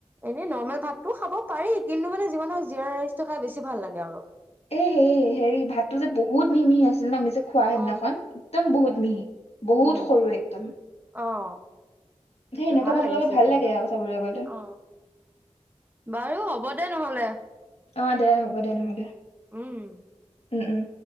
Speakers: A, on the right; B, on the left.
A: এনেই নৰ্মেল ভাততো খাব পাৰি কিন্তু মানে যিমান নহওক জীৰা ৰাইচটো খাই বেছি ভাল লাগে আৰু।
B: এ হেই হেৰি ভাতটো যে বহুত মিহি-মিহি আছিল ন মিছ খোৱা
A: অ
B: সেইদিনাখন একদম বহুত মিহি বহুত
A: উম
B: সৰু একদম।
A: অ। সেইটোয়ে
B: সেই এনেকুৱা
A: ভাল
B: ভাতৰ
A: লাগিছিল
B: লগত
A: কিন্তু
B: লাগে আৰু চাবলৈ গ'লে
A: অ বাৰু হ'ব দে হব নহ'লে
B: অ দে হ'ব দে নহ'লে
A: উম
B: উম উম।